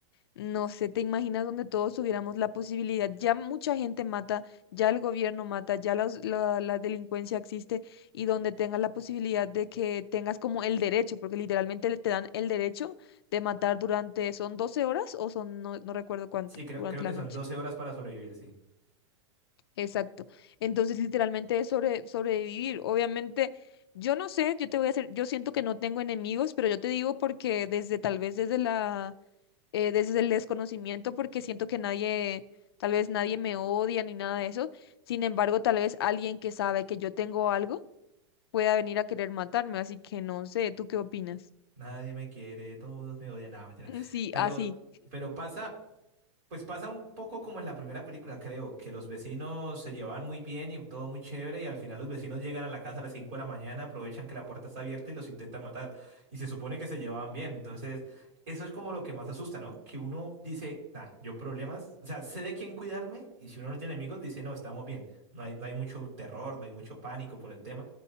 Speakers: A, on the left; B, on the right.
A: no sé, ¿te imaginas donde todos tuviéramos la posibilidad? Ya mucha gente mata, ya el gobierno mata, ya los la, la delincuencia existe y donde tengas la posibilidad de que tengas como el derecho, porque literalmente le- te dan el derecho de matar durante, son 12 horas o son, no, no recuerdo cuánto,
B: Sí, creo,
A: durante
B: creo que
A: la
B: son
A: noche.
B: 12 horas para sobrevivir, sí.
A: Exacto. Entonces, literalmente es sobre, sobrevivir. Obviamente, yo no sé, yo te voy a hacer, yo siento que no tengo enemigos, pero yo te digo porque desde tal vez desde la eh, desde el desconocimiento porque siento que nadie, tal vez nadie me odia ni nada de eso. Sin embargo, tal vez alguien que sabe que yo tengo algo pueda venir a querer matarme, así que no sé, ¿tú qué opinas?
B: Nadie me quiere, todos me odian. Nada, mentira.
A: <laughs> Sí,
B: Pero,
A: así.
B: pero pasa, Pues pasa un poco como en la primera película, creo, que los vecinos se llevaban muy bien y todo muy chévere y al final los vecinos llegan a la casa a las 5 de la mañana, aprovechan que la puerta está abierta y los intentan matar. Y se supone que se llevaban bien. Entonces, eso es como lo que más asusta, ¿no? Que uno dice, nah, yo problemas, o sea, sé de quién cuidarme y si uno no tiene amigos, dice, no, estamos bien. No hay, no hay mucho terror, no hay mucho pánico por el tema,